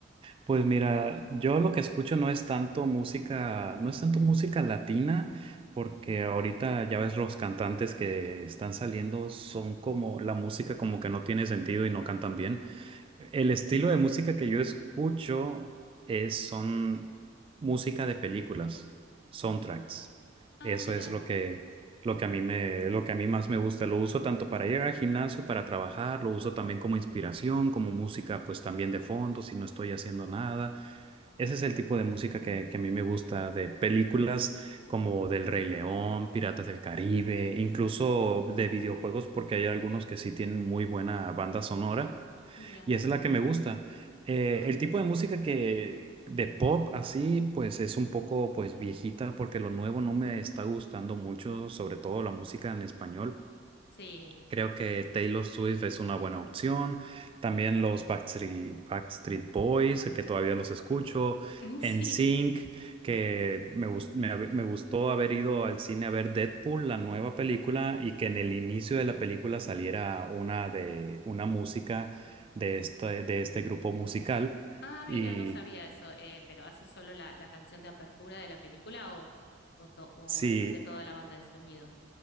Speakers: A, on the right; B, on the left.
A: Pues mira, yo lo que escucho no es tanto música, no es tanto música latina, porque ahorita ya ves los cantantes que están saliendo son como la música como que no tiene sentido y no cantan bien. El estilo de música que yo escucho es, son música de películas, soundtracks.
B: Ah,
A: Eso
B: mira,
A: es lo que, lo que a mí me, lo que a mí más me gusta. Lo uso tanto para ir al gimnasio, para trabajar, lo uso también como inspiración, como música, pues también de fondo, si no estoy haciendo nada. Ese es el tipo de música que, que a mí me gusta de películas como del Rey León, Piratas del Caribe, incluso de videojuegos, porque hay algunos que sí tienen muy buena banda sonora
B: mira.
A: y esa es la que me gusta. Eh, el tipo de música que de pop así, pues es un poco pues viejita porque lo nuevo no me está gustando mucho, sobre todo la música en español.
B: Sí,
A: Creo que Taylor Swift es una buena opción. También los Backstreet, Backstreet Boys, que todavía los escucho.
B: <laughs>
A: NSYNC,
B: sí.
A: que me, gus- me, hab- me gustó haber ido al cine a ver Deadpool, la nueva película, y que en el inicio de la película saliera una, de, una música de este, de este grupo musical.
B: Ah, mira,
A: Y
B: no sabía eso. eh, pero hace solo la, la canción de apertura de la película o, o, to- o
A: sí.
B: hace toda la banda de sonido.